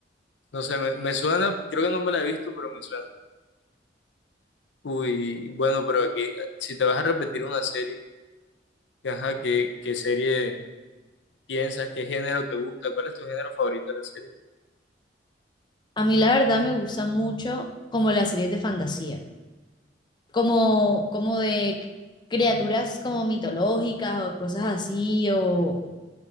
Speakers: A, on the left (about 80°); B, on the left (about 25°).
A: No sé, me, me suena, creo que no me la he visto, pero me suena. Uy, bueno, pero aquí, si te vas a repetir una serie, que, ajá, ¿qué, qué serie piensas? ¿Qué género te gusta? ¿Cuál es tu género favorito de las series?
B: A mí la verdad me gusta mucho como las series de fantasía. como, como de criaturas como mitológicas o cosas así, o,